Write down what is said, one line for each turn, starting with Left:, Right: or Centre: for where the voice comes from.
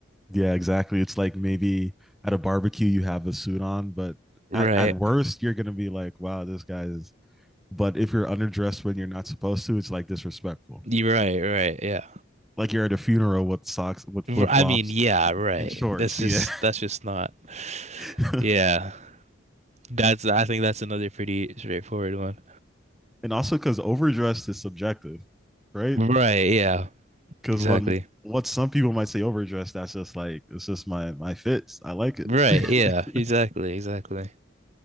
Centre: Yeah, exactly. It's like maybe at a barbecue you have a suit on, but
Right: Right.
Centre: at, at worst you're gonna be like, wow, this guy is but if you're underdressed when you're not supposed to, it's like disrespectful.
Right: You're right. Right. Yeah.
Centre: Like you're at a funeral with socks with
Right: R-
Centre: flip
Right: I
Centre: flops
Right: mean, yeah. Right.
Centre: and shorts.
Right: That's just.
Centre: Yeah.
Right: That's just not.
Centre: <laughs>
Right: Yeah. That's I think that's another pretty straightforward one.
Centre: and also because overdressed is subjective, right?
Right: Right, yeah.
Centre: Because
Right: Exactly.
Centre: what what some people might say overdressed, that's just like it's just my my fits. I like it.
Right: Right,
Centre: <laughs>
Right: yeah. Exactly, exactly.